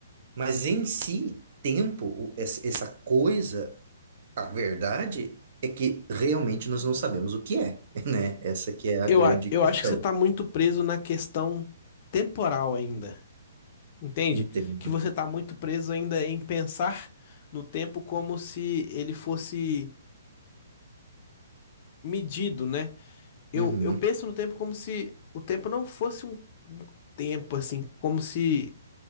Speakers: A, on the right (about 50°); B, on the left (about 40°).
A: mas em si, tempo, o- es- essa coisa, a verdade é que realmente nós não sabemos o que é, <laughs> né? Essa que é a
B: Eu,
A: grande
B: a- eu
A: questão.
B: acho que você está muito preso na questão temporal ainda, entende?
A: Entendo.
B: Que você está muito preso ainda em pensar no tempo como se ele fosse. medido, né? Eu,
A: Uhum.
B: eu penso no tempo como se o tempo não fosse um um tempo, assim, como se